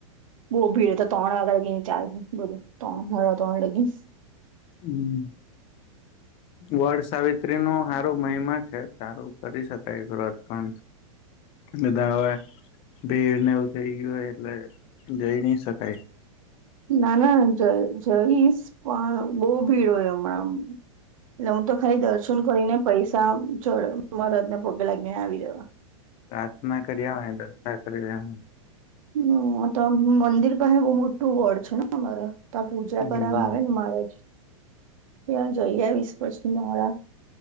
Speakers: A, on the right (about 75°); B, on the left (about 35°).
A: બહુ ભીડ એ તો ત્રણ વાગ્યા લગી ચાલહે બધું ત્રણ હાડા ત્રણ લગી.
B: હમ વડ સાવિત્રી નો આ સાર મહિમા છે સારું કરી શકાય વ્રત પણ બધા હવે ભીડને એવું થઇ ગયું હોય એટલે જઈ ના શકાય.
A: ના ના જ જઈશ પણ બહુ ભીડ હોય હમણાં. એટલે હું તો ખાલી દર્શન કરીને પૈસા ચઢાવું મહારાજને પગે લાગીને આવી રેવા.
B: પ્રાર્થના કરીયાવાની દસ્તા કરી લેવાની
A: હમ તો મંદિર પાહે બો મોટું વડ છે અમારા ત્યા પૂજા
B: હમ
A: કરાવવા આવે ને મહારાજ ત્યાં જઈ આવીશ પછી મોળા